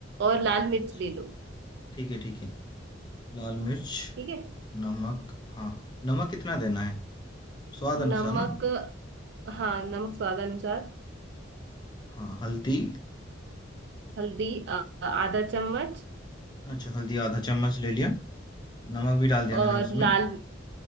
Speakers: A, on the right; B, on the left.
A: और लाल मिर्च
B: अच्छा
A: ले लो
B: ठीक है ठीक है लाल मिर्च
A: ठीक है
B: नमक हाँ नमक कितना देना है स्वाद अनुसार
A: नमक
B: ना
A: हाँ नमक स्वाद अनुसार
B: हाँ हल्दी
A: हल्दी अ, आधा चम्मच
B: अच्छा हल्दी आधा चम्मच ले लिया नमक भी डाल दिया
A: और
B: मैंने उसमें
A: लाल